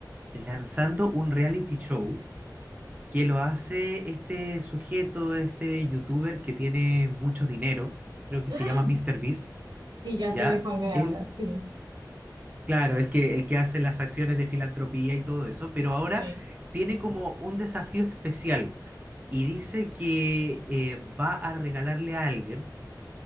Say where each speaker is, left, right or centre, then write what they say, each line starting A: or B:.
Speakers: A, on the right; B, on the right.
A: lanzando un reality show que lo hace este sujeto, este youtuber que tiene mucho dinero, creo que
B: Ah,
A: se llama Mr. Beast,
B: sí, ya
A: ¿ya?
B: sé de cuál me
A: Él
B: hablas. Sí,
A: Claro, el que, el que hace las acciones de filantropía y todo eso, pero ahora
B: sí.
A: tiene como un desafío especial y dice que eh, va a regalarle a alguien